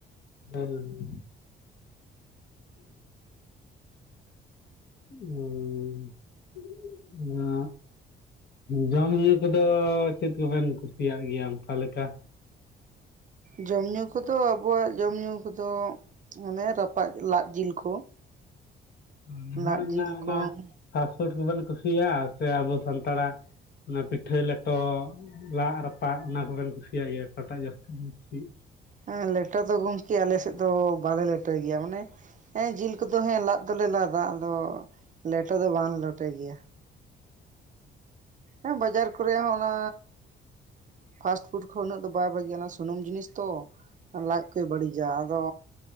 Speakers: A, on the left; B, on the right.
A: ᱦᱮᱸ <inaudible> ᱦ <inaudible> ᱚᱱᱟ ᱡᱚᱢᱧᱩ ᱠᱚᱫᱚ ᱪᱮᱫ ᱠᱚᱵᱮᱱ ᱠᱩᱥᱤᱭᱟᱜ ᱜᱮᱭᱟ ᱚᱱᱠᱟ ᱞᱮᱠᱟ
B: ᱡᱚᱢ ᱧᱩ ᱠᱚᱫᱚ ᱟᱵᱚᱣᱟᱜ ᱡᱚᱢ ᱧᱩ ᱠᱚᱫᱚ ᱢᱟᱱᱮ ᱨᱟᱯᱟᱜ ᱞᱟᱫ ᱡᱤᱞ ᱠᱚ
A: <unintelligible>
B: ᱞᱟᱫ ᱡᱤᱞ ᱠᱚ
A: ᱳᱴ ᱠᱚᱵᱚᱱ ᱠᱩᱥᱤᱭᱟᱜ-ᱟ ᱥᱮ ᱟᱵᱚ ᱥᱟᱱᱛᱟᱲᱟᱜ ᱚᱱᱟ ᱯᱤᱴᱷᱟᱹ ᱞᱮᱴᱚ ᱞᱟᱜ ᱨᱟᱯᱟᱜ ᱚᱱᱟ ᱠᱚᱵᱮᱱ ᱠᱩᱥᱤᱭᱟᱜ ᱜᱮᱭᱟ ᱚᱠᱟᱴᱟᱜ ᱡᱟᱹᱥᱛᱤ ᱫᱚ ᱠᱩᱥᱤᱭᱟᱜ-ᱟ
B: ᱦᱮᱸ ᱞᱮᱴᱚ ᱫᱚ ᱜᱚᱢᱠᱮ ᱟᱞᱮ ᱥᱮᱫ ᱫᱚ ᱵᱟᱞᱮ ᱞᱮᱴᱚ ᱜᱮᱭᱟ ᱢᱟᱱᱮ ᱡᱤᱞ ᱠᱚᱫᱚ ᱦᱮ ᱞᱟᱫ ᱫᱚᱞᱮ ᱞᱟ ᱫᱟᱜ ᱫᱚ ᱞᱮᱴᱚ ᱫᱚ ᱵᱟᱝ ᱞᱮᱴᱚᱭ ᱜᱮᱭᱟ ᱦᱮᱸ ᱵᱟᱡᱟᱨ ᱠᱚ <unintelligible> ᱦᱚᱸ ᱚᱱᱟ ᱯᱷᱟᱥᱴ ᱯᱷᱩᱰ ᱠᱚ ᱩᱱᱟᱹᱜ ᱫᱚ ᱵᱟᱭ ᱵᱷᱟᱹᱜᱤᱭᱟ ᱚᱱᱟ ᱥᱩᱱᱩᱢ ᱡᱤᱱᱤᱥ ᱛᱚ ᱞᱟᱡ ᱠᱚᱭ ᱵᱟᱹᱲᱤᱡᱟ ᱟᱫᱚ